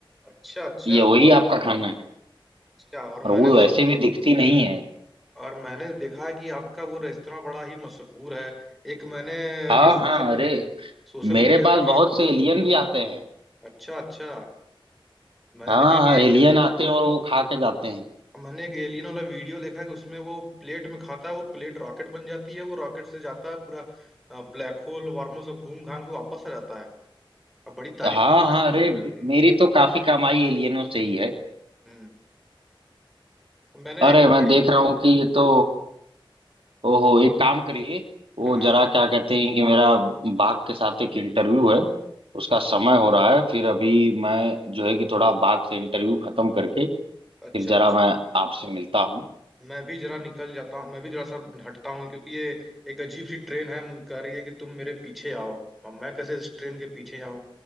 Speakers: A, in the centre; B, on the right.
A: अच्छा अच्छा
B: ये वही आपका खाना है
A: अच्छा और
B: और वो
A: मैंने
B: वैसे
A: तो
B: भी दिखती नहीं है
A: और मैंने देखा है कि आपका वो रेस्तरा बड़ा ही मशहूर है एक मैंने
B: हाँ
A: अभी सोशल
B: हाँ अरे
A: मीडिया सोशल
B: मेरे
A: मीडिया
B: पास
A: पे वी
B: बहुत से एलियन भी आते हैं
A: अच्छा अच्छा मैंने
B: हाँ
A: देखा
B: हाँ
A: कि
B: एलियन
A: एक
B: आते हैं और वो खा के जाते हैं
A: मैंने एक एलियन वाला वीडियो देखा है कि उसमें वो प्लेट में खाता है वो प्लेट रॉकेट बन जाती है वो रॉकेट से जाता है पूरा ब्लैक होल वार्मो सब घूम घाम के वापस आ जाता है अब बड़ी तारीफ
B: हाँ
A: करता
B: हाँ
A: है
B: अरे
A: आपकी।
B: मेरी तो काफी कमाई एलियनों से ही है
A: हम्म मैंने
B: अरे
A: एक
B: मैं
A: बड़ी
B: देख रहा हूँ कि ये तो ओहो एक काम करिए वो
A: हाँ
B: जरा क्या कहते हैं कि मेरा बाघ के साथ एक इंटरव्यू है उसका समय हो रहा है फिर अभी मैं जो है कि थोड़ा बाघ से इंटरव्यू खत्म करके फिर
A: अच्छा
B: जरा
A: अच्छा
B: मैं आपसे मिलता हूँ
A: मैं भी जरा निकल जाता हूँ मैं भी जरा सा हटता हूँ क्योंकि ये एक अजीब सी ट्रेन है मुझे कह रही है कि तुम मेरे पीछे आओ अब मैं कैसे इस ट्रेन के पीछे आऊँ